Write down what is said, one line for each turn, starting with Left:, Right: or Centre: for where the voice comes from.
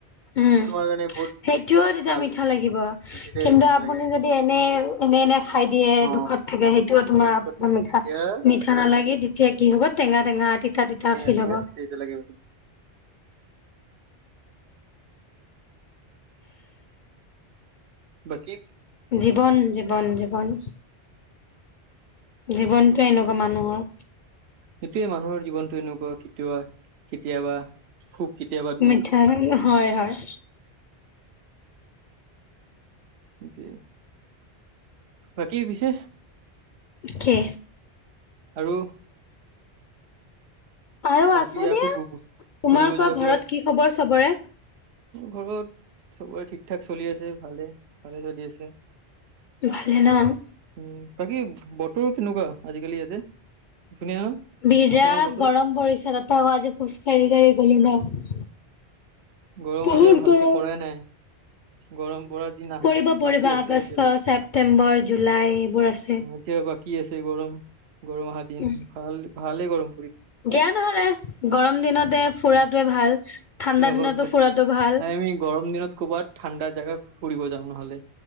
Left: উম
Right: এইটো তোমাৰ কাৰণে বহুত
Left: সেইটোও তেতিয়া
Right: ভাল
Left: মিঠা লাগিব,
Right: যেতিয়া
Left: কিন্তু
Right: মিঠা
Left: আপুনি
Right: লাগিব
Left: যদি এনে এনে এনে খাই দিয়ে
Right: অ
Left: দুখত থাকে সেইটোও তোমাৰ
Right: সেইটো
Left: আপোনাৰ
Right: কথা।
Left: মিঠা
Right: তেতিয়া
Left: মিঠা নালাগি তেতিয়া কি হ'ব টেঙা টেঙা তিতা
Right: টেঙা
Left: ফিল
Right: টেঙা
Left: হ'ব
Right: দিই যে লাগিব বাকী
Left: জীৱন যে জীৱন জীৱন জীৱনটো এনেকুৱা মানুহৰ।
Right: সেইটোয়ে মানুহৰ জীৱনটো এনেকুৱা কেতিয়াবা কেতিয়াবা সুখ কেতিয়াবা দুখ
Left: মিঠাই হয়--হয়
Right: <unintelligible> বাকী পিছে
Left: কে
Right: আৰু
Left: আৰু আছো
Right: বাকী
Left: দিয়া,
Right: আকৌ
Left: তোমাৰ
Right: ঘূৰিব
Left: কোৱা
Right: যোৱা
Left: ঘৰত
Right: কিবা
Left: কি খবৰ চবৰে?
Right: ঘৰত চবৰে ঠিক ঠাক চলি আছে ভালে ভালে চলি আছে।
Left: ভালে ন?
Right: উ বাকী বতৰ কেনেকুৱা আজিকালি ইয়াতে? ধুনীয়া ন
Left: বিৰাট
Right: অসমৰ বতৰ
Left: গৰম পৰিছে তাতে আক আজি খোজকাাঢ়ি গাঢ়ি গলো ন।
Right: গৰম
Left: বহুত
Right: এতিয়া ভালকে
Left: গৰম
Right: পৰাই নাই। গৰম পৰা না আহ
Left: পৰিব পৰিব
Right: বাকী আছে
Left: আগষ্ট,
Right: এতিয়ালৈ
Left: ছেপ্তেম্বৰ, জুলাই এইবোৰ আছে।
Right: এতিয়া বাকী, কি আছে গৰম। গৰম অহা দিন
Left: উম,
Right: ভাল ভালে গৰম
Left: দিয়া নহলে গৰম দিনতে ফুৰা তোয়ে ভাল।
Right: পৰিব
Left: ঠাণ্ডা দিনতো ফোৰাটো ভাল।
Right: আৰে আমি গৰম দিনত ক'বাত ঠাণ্ডা জেগা ফুৰিব যাম নহ'লে